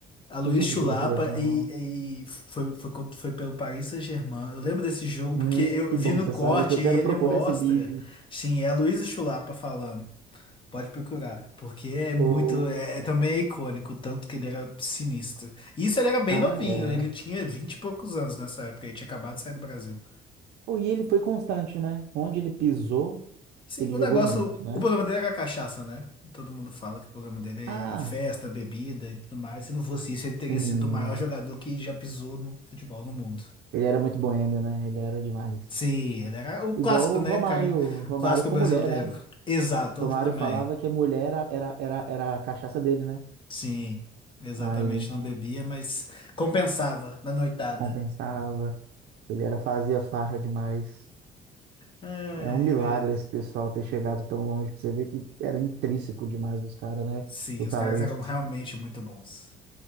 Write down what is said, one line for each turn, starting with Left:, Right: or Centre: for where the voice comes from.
Left: Aloysius
Right: Achei que tinha sido
Left: Chulapa
Right: pela seleção.
Left: e, e foi, foi, contra- foi pelo Paris Saint-Germain. Eu lembro desse jogo
Right: Hum,
Left: porque eu
Right: que
Left: vi
Right: bom
Left: no
Right: que você
Left: corte
Right: sabe que eu
Left: e
Right: quero
Left: ele
Right: procurar
Left: mostra.
Right: esse vídeo.
Left: Sim, é Aloysius Chulapa falando. Pode procurar, porque é muito,
Right: Ou.
Left: é, é- também é icônico, o tanto que ele era sinistro. E Isso ele era bem
Right: Ah,
Left: novinho,
Right: é.
Left: ele tinha 20 e poucos anos nessa época, ele tinha acabado de sair do Brasil.
Right: Oh, e ele foi constante, né? Onde ele pisou,
Left: Sim,
Right: ele
Left: o
Right: jogou
Left: negócio,
Right: muito, né?
Left: o problema dele era a cachaça, né? Todo mundo fala que o problema dele
Right: Ah,
Left: era festa, bebida e tudo mais. Se não fosse isso, ele
Right: sim.
Left: teria sido o maior jogador que já pisou no futebol no mundo.
Right: Ele era muito boêmio, né? Ele era demais.
Left: Sim, ele era o clássico,
Right: Igual o
Left: né?
Right: Romário.
Left: cari-
Right: Romário
Left: Clássico
Right: com
Left: brasileiro.
Right: mulher, né?
Left: Exato,
Right: Romário
Left: outro também.
Right: falava que mulher era, era, era, era a cachaça dele, né?
Left: Sim, exatamente,
Right: Aí não
Left: não bebia, mas compensava na noitada.
Right: compensava. Ele era, fazia farra demais.
Left: Ai,
Right: É um milagre
Left: é mesmo.
Right: esse pessoal ter chegado tão longe, pra você ver que era intrínseco demais dos caras, né?
Left: Sim,
Right: O
Left: os
Right: talento.
Left: caras eram realmente muito bons.